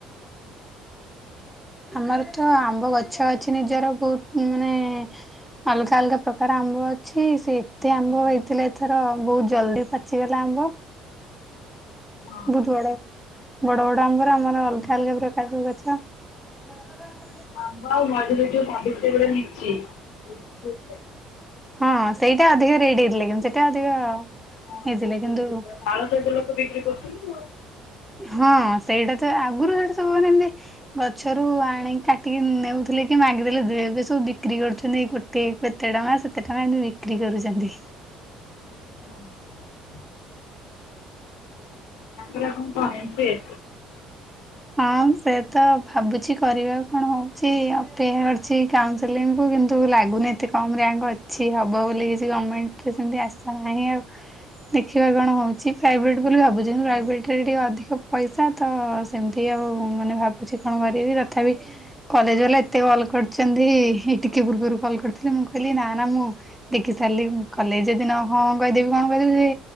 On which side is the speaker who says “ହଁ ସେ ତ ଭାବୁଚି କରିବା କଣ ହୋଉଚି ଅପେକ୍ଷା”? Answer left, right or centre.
Centre